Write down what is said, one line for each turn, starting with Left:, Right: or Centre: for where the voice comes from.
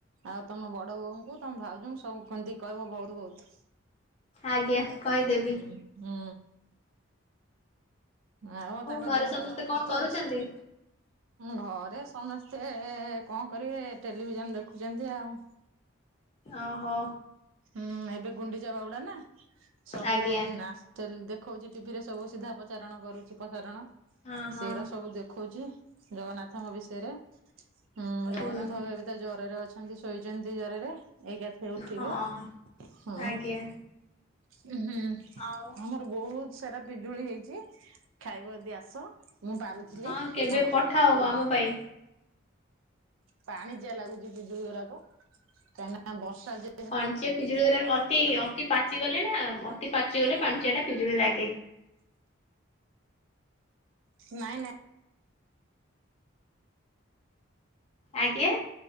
Right: ଆଉ ତମ ବଡ ବୋଉଙ୍କୁ ତମ ଭାଉଜଙ୍କୁ ସବୁ ସ୍ତିଙ୍କି କହିବ ବହୁତ ବହୁତ।
Left: ଆଜ୍ଞା। କହିଦେବି
Right: ହୁଁ। ଆଉ ତାଙ୍କ
Left: ଘରେ
Right: ଦେହ
Left: ସମସ୍ତେ
Right: ପା ସବୁ ସୁସ୍ଥ
Left: କଣ କରୁଛନ୍ତି?
Right: ଅଛି? ଘରେ ସମେସ୍ତେ କଣ କରିବେ ଟେଲିଭିଜନ ଦେଖୁଚନ୍ତି ଆଉ।
Left: ଅ ହ।
Right: ହୁଁ ଏବେ ଗୁଣ୍ଡିଚା ବାହୁଡା ନା ସବୁ
Left: ଆଜ୍ଞା
Right: ନା ଟେଲ ଦେଖଉଚି ଟିଭି ରେ ସବୁ ସିଧା ପ୍ରଚାରଣ କରୁଚି ପ୍ରସାରଣ।
Left: ହଁ
Right: ସେଇରା
Left: ହଁ
Right: ସବୁ ଦେଖଉଚି ଜଗନ୍ନାଥଙ୍କ ବିଷୟରେ। ହୁଁ ଜଗନ୍ନାଥ
Left: ହୁଁ।
Right: ଏଭ ଏବେ ତ ଜରରେ ଅଛନ୍ତି ଶୋଇଛନ୍ତି ଜରରେ ଏଇକାଥେ ଉଠିବେ।
Left: ହଁ
Right: ହଁ
Left: ଆଜ୍ଞା
Right: ହୁଁ ଆମର
Left: ଆଉ
Right: ବହୁତ ସାରା ପିଜୁଳି ହେଇଚି ଖାଇବ ଯଦି ଆସ। ମୁଁ ପାରୁଥିଲି
Left: ହଁ କେବେ
Right: ଆଉ
Left: ପଠାଅ ଆମ ପାଇଁ।
Right: ପାଣିଚିଆ ଲାଗୁଚି ପିଜୁଳି ଗୁରାକ କାହିଁନା ବର୍ଷା ଯ
Left: ପାଣିଚିଆ ପିଜୁଳି ଅତି ଅତି ପାଚି ଗଲେ ନା ଅତି ପାଚିଗଲେ ପାଣିଚିଆ ଟା ପିଜୁଳି ଲାଗେ।
Right: ନାଇଁ ନାଇଁ
Left: ଆଜ୍ଞା।